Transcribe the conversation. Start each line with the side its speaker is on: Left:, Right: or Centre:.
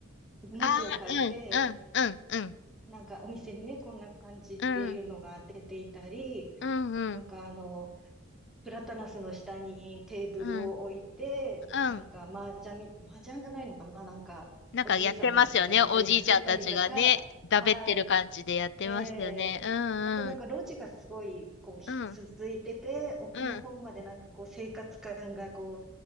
Centre: 文字を書いて、
Left: ああ、うん、うん、うん、うん、
Centre: なんかお店にね、こんな感じっていうのが出ていたり、
Left: うん、うん、うん、
Centre: なんかあの、プラタナスの下にテーブルを置いて、
Left: うん。うん。
Centre: なんか麻雀み、麻雀じゃないのかな、なんかおじいさんたちがなんかやってたりとか、
Left: なんかやってますよね。おじいちゃんたちがね、だべってる感じでやってますよね。
Centre: はい。ええあとなんか路地がすごいこうひ続いてて、
Left: うん、うん、うん、
Centre: 奥の方までなんかこう生活感がこ
Left: うん、